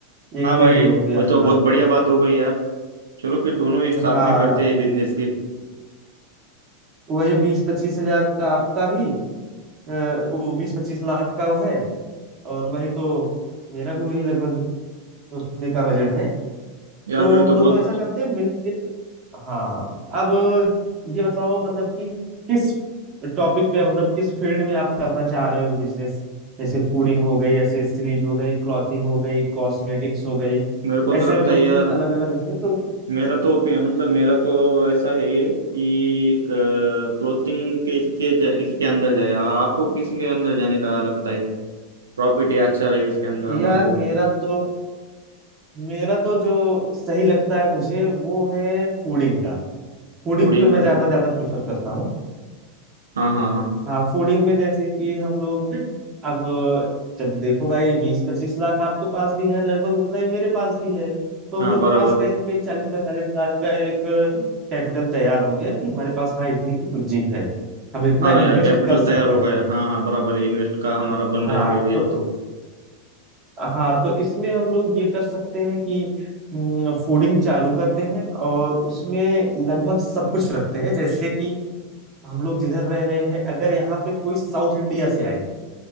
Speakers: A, on the right; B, on the right.
A: एक
B: हाँ
A: तो
B: भाई
A: ये हो गया
B: वो
A: अपना
B: तो बहुत बढ़िया बात हो गई यार चलो फिर दोनों ही साथ
A: हाँ
B: में करते हैं बिजनेस फिर
A: वही बीस पच्चीस हजार का आपका भी अ, वो बीस पच्चीस लाख का वो है और वही तो मेरा भी वही लगभग उतने का बजट है
B: यार
A: तो
B: फिर
A: हम
B: तो
A: दोनों
B: बहुत
A: ऐसा करते हैं मिल हाँ अब ये बताओ मतलब कि किस टॉपिक पे मतलब किस फील्ड में आप करना चाह रहे हो बिजनेस जैसे फूडिंग हो गई एसेसरीज हो गई क्लॉथिंग हो गई कॉस्मेटिक्स हो गई
B: मेरे को
A: ऐसे
B: तो लगता
A: मतलब
B: है यार
A: कि अलग अलग उसमें तो
B: मेरा तो ओपिनियन मतलब मेरा तो ऐसा है कि क्लोथिंग के इसके जा, इसके अंदर जाए और आपको किसके अंदर जाने का लगता है प्रॉफिट है अच्छा रहे इसके अंदर
A: यार
B: हमारे को
A: मेरा तो मेरा तो जो सही लगता है मुझे वो है फूडिंग का फूडिंग
B: फूडिंग
A: पे मैं
B: का क्या
A: जाना ज्यादा प्रेफर करता हूँ
B: हाँ हाँ हाँ
A: हाँ फूडिंग में जैसे कि हम लोग अब जब देखो भाई बीस पच्चीस लाख आपके पास भी है लगभग उतना ही मेरे पास भी है तो
B: हाँ
A: हम लोग
B: बराबर
A: के पास कहीं ना कहीं चालीस पैंतालीस लाख का एक कैपिटल तैयार हो गया कि हमारे पास हाँ इतनी की पूंजी है हम इतना
B: हाँ ना यार
A: इन्वेस्ट
B: कैपिटल
A: कर सकते
B: तैयार हो
A: हैं
B: गया हाँ हाँ बराबर है इन्वेस्ट का हमारा बन
A: हाँ
B: गया अभी एक
A: तो
B: तो
A: हाँ तो इसमें हम लोग ये कर सकते हैं कि फूडिंग चालू करते हैं और उसमें लगभग सब कुछ रखते हैं जैसे कि हम लोग जिधर रह रहे हैं अगर यहाँ पे कोई साउथ इंडिया से आए